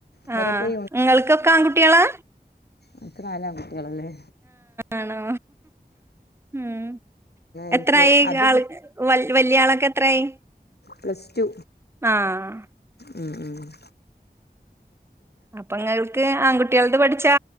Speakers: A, on the left (about 75°); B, on the right (about 15°).
A: ഇവരൊക്കെ
B: ആ ഇങ്ങൾക്കൊക്കെ ആൺകുട്ടിയാളാ
A: അൻ ക്ക് നാലാ കുട്ടിയാളല്ലേ
B: ആണോ ഉം
A: എനിക്ക്
B: എത്രായി
A: അത്
B: ആൾ വലിയ ആൾക്കെ എത്രായി?
A: Plus two.
B: ആ
A: ഉ ഉം <inaudible>
B: അപ്പൊ ഇങ്ങൾക്ക് ആൺകുട്ടോ ൾത്പഠിച്ചാ